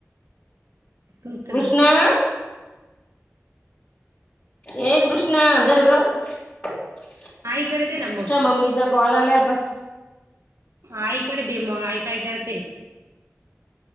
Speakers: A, on the left; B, on the right.
A: <unintelligible>
B: तूच ना
A: ये कृष्णा धर गं तुच्या
B: आईकडे दे ना मग.
A: मम्मीचा कॉल आलाय <unintelligible>
B: आईकडे दे मग आई काय करते?